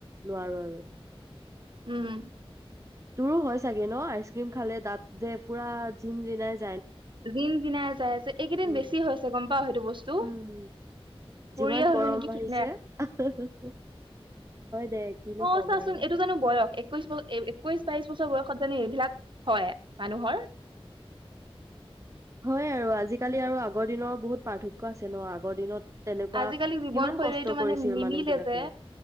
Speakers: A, on the right; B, on the right.
A: নোৱাৰোঁ আৰু।
B: উম।
A: তোৰো হয় চাগে ন? আইচ ক্ৰীম খালে তাত যে পুৰা জিনজিনাই
B: জিনজিনাই যায় যে এইকেইদিন
A: উম,
B: বেছি গম পাওঁ সেই টো বস্তু।
A: উম,
B: বুঢ়ীয়ে
A: যিমান
B: হলো
A: গৰম
B: নেকি
A: বাঢ়িছে।
B: ঠিক
A: <unintelligible> দে কিনো
B: অঁ',
A: ক'ম
B: চাচোন
A: আৰু।
B: এইটো জানো বয়স? একৈশ বছ-একৈশ বাইশ বছৰ বয়সত জানো এইবিলাক হয় মানুহৰ
A: হয় আৰু আজিকালি আৰু আগৰ দিনৰ বহুত পাৰ্থক্য আছে ন আগৰ দিনত তেনেকুৱা
B: আজিকালি জীৱনশৈলীটো
A: কিমান কষ্ট
B: মানে
A: কৰিছিল
B: নিমিলে
A: মানুহ বিলাকে।
B: যে